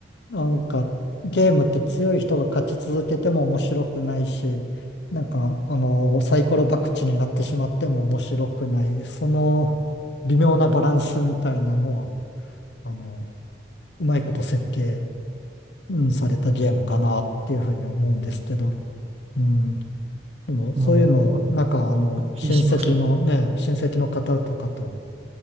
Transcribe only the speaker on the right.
もう、
全くします。